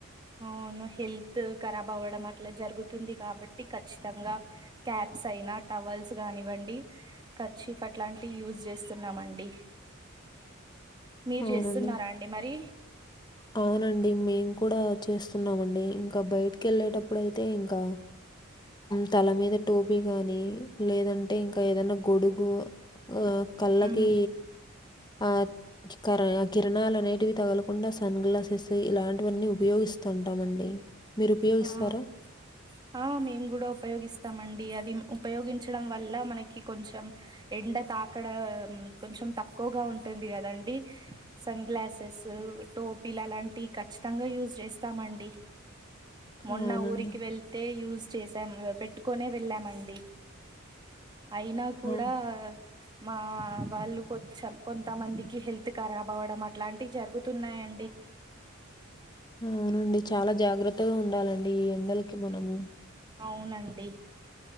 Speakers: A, on the right; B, on the left.
A: అవును హెల్త్ కరాబ్ అవ్వడం అట్లా జరుగుతుంది కాబట్టి ఖచ్చితంగా క్యాప్స్ అయినా టవల్స్ కానివ్వండి కర్చీఫ్ అట్లాంటివి యూజ్ చేస్తున్నామండి మీరు
B: అవునండి.
A: చేస్తున్నారా అండి మరి
B: అవునండి మేము కూడా చేస్తున్నామండి ఇంకా బయటికి వెళ్ళేటప్పుడు అయితే ఇంకా తల మీద టోపీ గాని లేదంటే ఇంకా ఏదన్నా గొడుగు ఆ కళ్ళకి
A: హ్మ్
B: ఆ క కిరణాలు అనేటివి తగలకుండా సన్ గ్లాసెస్ ఇలాంటివన్నీ ఉపయోగిస్తా తంటామండి మీరు ఉపయోగిస్తారా
A: ఆ ఆ మేము కూడా ఉపయోగిస్తామండీ అది ఉపయోగించడం వల్ల మనకి కొంచం ఎండ తాకడాం కొంచెం తక్కువగా ఉంటుంది గదండి సన్ గ్లాసెస్ టోపీలు అలాంటి కఖచ్చితంగా యూజ్ చేస్త ఇస్తామండి మొన్న
B: అవునండి.
A: ఊరికి వెళ్ ఏ యూజ్ చేసాం పెట్టుకోనే వెళ్ళామండి అయినా కూడా
B: ఆ!
A: మా వాళ్ళు కొంచెం కొంతమందికి హెల్త్ రాబ్ అవ్వడం అట్లాంటివి జరుగుతున్నాయండి
B: అవునండి చాలా జాగ్రత్తగా ఉండాలండి ఈ ఎండలకి మనము
A: అవునండి